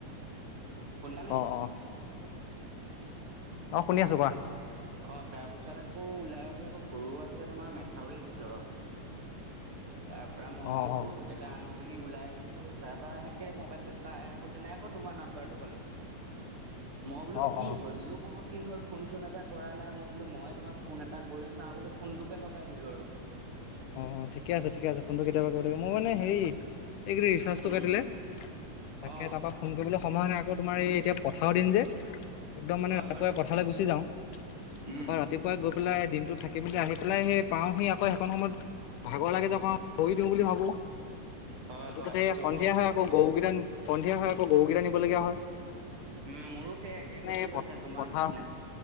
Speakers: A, on the right; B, on the left.
A: শুনিছানে?
B: অ অ। অ শুনি আছো কোৱা।
A: অ তাৰ পিছত আকৌ ওলাই আহি আকৌ গৰু আছে তোমাৰ মেথাউৰি ভিতৰত। তাৰ পৰা মই
B: অ
A: বোলো
B: অ
A: গৰু কেইটা আনো। বুলি ওলাই আহিলো তাৰ পৰা এনেকে মোবাইলটো চাই আহো তেনে আকৌ তোমাৰ নাম্বাৰটো পালো। মই বোলো
B: অ
A: কি
B: অ
A: হ'ল ইও বহুত দিন হ'ল ফোন চোন এটা। কৰা নাই মই বোলো মই তোমাক ফোন এটা কৰি চাওঁ বুলি ফোনটোকে লগাই দিলো আৰু।
B: অ অ ঠিকে আছে ঠিকে আছে ফোনটো কেতিয়াবা কৰিব লাগে মই মানে হেৰি এইকেইি ৰিচাৰ্জটো
A: উম
B: কাটিলে তাকে
A: অ
B: তাৰ পৰা ফোন কৰিবলৈ সময় নাই তোমাৰ এই এতিয়া পথাৰও দিন যে একদম মানে
A: হয়
B: ৰাতিপুৱাই
A: বাৰু
B: পথালৈ
A: অ
B: গুচি যাওঁ
A: উম
B: তাপা ৰাতিপুৱাই গৈ পেলাই দিনটো থাক মেলি আহি পেলাই সেই পাওঁহি আকৌ সেইখন সময়ত ভাগৰ লাগে যেক ভৰি দিওঁ বুলি ভাবো তাপিছতে
A: হয় হয় সেইটো
B: সন্ধিয়া হয় আকৌ গৰুকেইটা সন্ধিয়া হৈ আকৌ গৰুকেইটা নিবলগীয়া হয়
A: উম মোৰো সেইয়াই একেগতিয়েই
B: মানে
A: হৈছে তোমাৰ
B: পথাৰ
A: নিচিনা